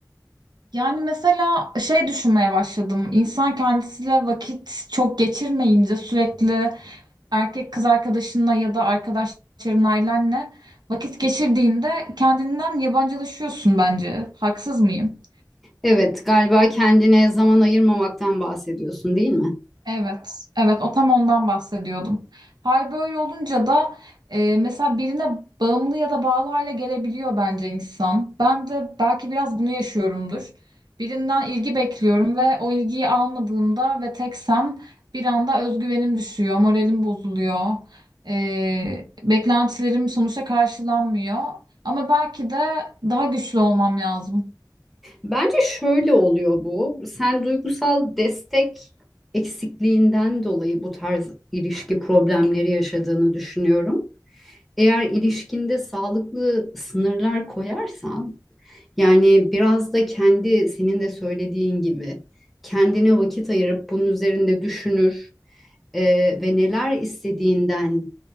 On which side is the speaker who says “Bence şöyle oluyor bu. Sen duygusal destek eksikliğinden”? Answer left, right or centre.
Centre